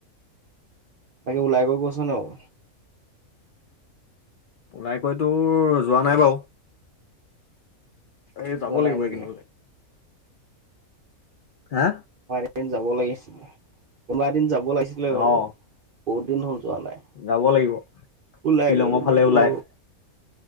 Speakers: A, on the right (about 60°); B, on the left (about 70°).
A: বাকী ওলাই গ গৈছ নে <unintelligible>
B: ওলাই গৈতো যোৱা নাই বাৰু। এই যাব
A: যোৱা নাই
B: লাগিব
A: নেকি
B: এইকদিনলে। হা?
A: <unintelligible> যাব লাগিছিলে। কোনোবা এদিন যাব <unintelligible> লাগিছিলে বুলো।
B: অ
A: বহুত দিন হল। যোৱা নাই
B: যাব লাগিব,
A: ওলাই
B: শ্বিলঙৰ
A: গৈ পিনি
B: ফালে ওলাই।
A: অ